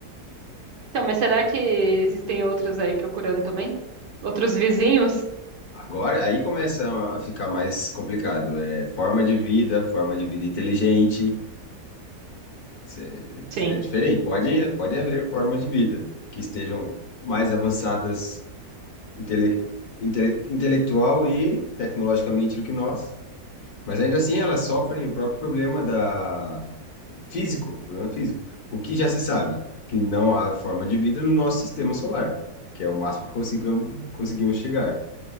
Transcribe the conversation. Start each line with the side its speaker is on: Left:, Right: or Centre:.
Right: Então, mas será que existem outros aí procurando também? Outros vizinhos?
Left: Agora, aí começa a ficar mais complicado. É forma de vida, forma de vida inteligente. Cê-
Right: Sim.
Left: É diferente. Pode, pode haver formas de vida que estejam mais avançadas intele, intele- intelectual e tecnologicamente do que nós, mas ainda assim elas sofrem o próprio problema da físico, problema físico. O que já se sabe, que não há forma de vida no nosso sistema solar, que é o máximo que consigam- conseguimos chegar.